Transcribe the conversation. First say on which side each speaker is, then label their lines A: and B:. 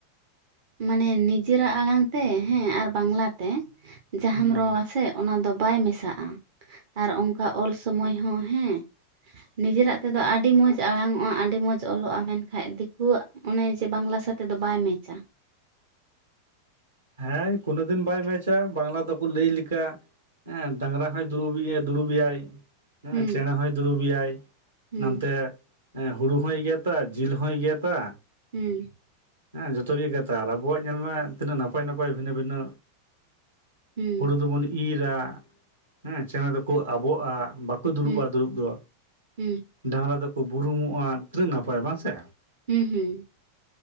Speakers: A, on the right; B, on the right.
A: ᱢᱟᱱᱮ ᱱᱤᱡᱮᱨᱟᱜ ᱟᱲᱟᱝ ᱛᱮ ᱦᱮᱸ ᱟᱨ ᱵᱟᱝᱞᱟ ᱛᱮ ᱡᱟᱦᱟᱸᱢ
B: ᱦᱩᱸ
A: ᱨᱚᱲ-ᱟ ᱥᱮ ᱚᱱᱟ ᱫᱚ ᱵᱟᱭ ᱢᱮᱥᱟᱜᱼᱟ ᱟᱨ ᱚᱱᱠᱟ ᱚᱞ ᱥᱚᱢᱚᱭ ᱦᱚᱸ ᱦᱮᱸ ᱱᱤᱡᱮᱨᱟᱜ ᱛᱮᱫᱚ ᱟᱹᱰᱤ ᱢᱚᱸᱡᱽ ᱟᱲᱟᱝ ᱚᱜᱼᱟ ᱟᱹᱰᱤ ᱢᱚᱸᱡᱽ ᱚᱞᱚᱜᱼᱟ ᱢᱮᱱᱠᱷᱟᱡ ᱫᱤᱠᱩᱣᱟᱜ ᱚᱱᱮ ᱡᱮ ᱵᱟᱝᱞᱟ ᱥᱟᱛᱮᱜ ᱫᱚ ᱵᱟᱭ ᱢᱮᱪ-ᱟ᱾
B: ᱦᱮᱸ ᱠᱳᱱᱳ ᱫᱤᱱ ᱵᱟᱭ ᱢᱮᱪ-ᱟ ᱵᱟᱝᱞᱟ ᱫᱚᱠᱚ ᱞᱟᱹᱭ ᱞᱮᱠᱟ ᱦᱮᱸ ᱰᱟᱝᱨᱟ ᱦᱚᱸᱭ ᱫᱩᱨᱩᱵ ᱮᱭᱟ ᱫᱩᱲᱩᱵ ᱮᱭᱟᱭ ᱦᱮᱸ
A: ᱦᱩᱸ
B: ᱪᱮᱬᱮ ᱦᱚᱸᱭ ᱫᱩᱲᱩᱵ ᱮᱭᱟᱭ
A: ᱦᱩᱸ
B: ᱱᱚᱱᱛᱮ ᱦᱮᱸ ᱦᱩᱲᱩ ᱦᱚᱸᱭ ᱜᱮᱫ-ᱟ ᱡᱤᱞ ᱦᱚᱭ ᱜᱮᱫ-ᱟ
A: ᱦᱩᱸ
B: ᱦᱮᱸ ᱡᱚᱛᱚ ᱜᱮ ᱜᱮᱫ-ᱟ ᱟᱨ ᱟᱵᱚᱣᱟᱜ ᱧᱮᱞ ᱢᱮ ᱛᱤᱱᱟᱹᱜ ᱱᱟᱯᱟᱭ ᱱᱟᱯᱟᱭ ᱵᱷᱤᱱᱟᱹ ᱵᱷᱤᱱᱟᱹ
A: ᱦᱩᱸ
B: ᱦᱩᱲᱩ ᱫᱚ ᱵᱚᱱ ᱤᱨ-ᱟ ᱦᱮᱸ ᱪᱮᱬᱮ ᱫᱚ ᱠᱚ ᱟᱵᱚᱜᱼᱟ ᱵᱟ- -ᱠᱩ ᱫᱩᱲᱩᱵᱼᱟ
A: ᱦᱩᱸ
B: ᱫᱩᱲᱩᱵ ᱫᱚ
A: ᱦᱩᱸ
B: ᱰᱟᱝᱨᱟ ᱫᱚ ᱠᱚ ᱵᱩᱨᱩᱢᱚᱜᱼᱟ ᱛᱤᱱᱟᱹᱜ ᱱᱟᱯᱟᱭ ᱵᱟᱝ ᱥᱮ᱾
A: ᱦᱩᱸ ᱦᱩᱸ